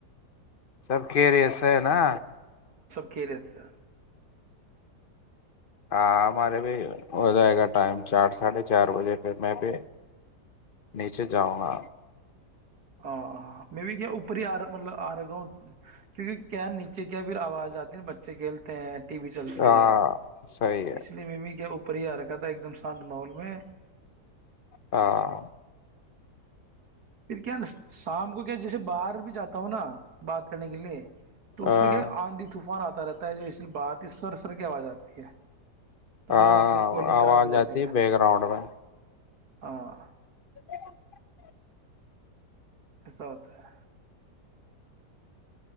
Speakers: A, on the left (about 45°); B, on the right (about 65°).
A: سب ک رہے نا
B: کی رہے تھ
A: ہاں ہمارے بھی ہو جائے گا ٹائم چار ساڑھے چار بجے پ میں بھی نیچے جاؤں گا
B: ہ میں بھی کیا اوپر ہی آ رہ مطلب آ رہ گا ہوں کیونکہ کیا نیچے کیا پھر آواز آتی ہے بچے کھیلتے ہیں بھی چلتی
A: ہاں
B: ہے
A: صحیح ہے
B: اس لیے ممی کیا اوپر پر ہی آ رکھا تھا ایک دم شانت ماحول میں
A: ہاں
B: پھر کیا نا شام کو کیا جیسے باہر بھی جاتا ہوں نا بات کرنے کے لیے تو اس
A: ہاں
B: میں کیا ہے آندھی طوفان آتا رہتا ہے جو اس بات ہی سر سر کی آواز آتی ہے تو
A: ہاں
B: پھر اپنی کالنگ
A: آواز
B: خراب ہو جاتی
A: آتی ہے ب گراؤنڈ میں
B: ہاں
A: بہار کی اوج عا رہی ہے
B: ایسا ہوتا ہے